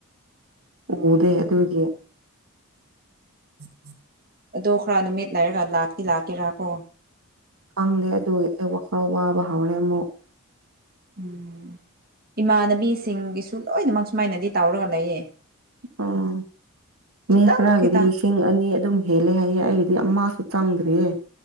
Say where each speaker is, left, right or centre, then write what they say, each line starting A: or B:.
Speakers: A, on the right; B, on the right.
A: ꯎꯝ
B: ꯎꯗꯦ ꯑꯗꯨꯒꯤ <inaudible>
A: ꯑꯗꯣ ꯈꯔ ꯅꯨꯃꯤꯠ ꯂꯩꯔꯒ ꯂꯥꯛꯇꯤ ꯂꯥꯛꯀꯦꯔꯥ ꯀꯣ
B: ꯈꯪꯗꯦ ꯑꯗꯨꯒꯤ ꯑꯩ ꯋꯥꯈꯜ ꯋꯥꯕ ꯍꯧꯔꯦ ꯑꯃꯨꯛ
A: ꯎꯝ ꯏꯃꯥꯟꯅꯕꯤꯁꯤꯡꯒꯤꯁꯨ ꯂꯣꯏꯅꯃꯛ ꯁꯨꯃꯥꯏꯅꯗꯤ ꯇꯧꯔꯒ ꯂꯩꯌꯦ
B: ꯑꯣ
A: ꯈꯤꯇꯪ
B: ꯃꯤ ꯈꯔꯒꯤꯗꯤ
A: ꯈꯤꯇꯪ
B: ꯂꯤꯁ ꯁꯤꯡ ꯑꯅꯤ ꯑꯗꯨꯝ ꯍꯦꯜꯂꯦ ꯍꯥꯏꯌꯦ ꯑꯩꯒꯤꯗꯤ ꯑꯃꯁꯨ ꯆꯪꯗ꯭ꯔꯤꯌꯦ